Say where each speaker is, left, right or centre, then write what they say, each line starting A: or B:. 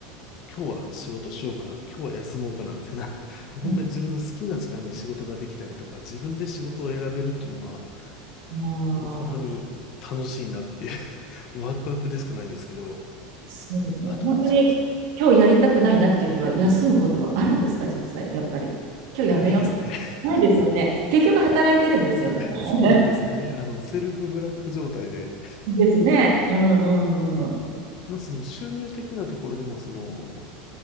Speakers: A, on the left; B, on the right.
A: 今日は仕事しようかな、今日は休もうかな、みたいな、<laughs> もう本当に自分の好きな時間に仕事ができたりとか、
B: ん
A: 自分で仕事を選べるっていうのは、
B: まあ、
A: もう本当に楽しいなっていう <laughs> ワクワクでしかないんですけど、
B: そうですね。
A: あと、
B: 本当に今日やりたくないなっていう日は休むことはあるんですか、
A: そうですね。
B: 実際、やっぱり。今日やめよう。
A: ないですね。<laughs>
B: ないですよね。結局働いてるんですよね。<laughs>
A: そうなんですよね。あの、セルフブラック状態で。
B: ですね。うんうんうん。
A: まあ、その収入的なところでも、その、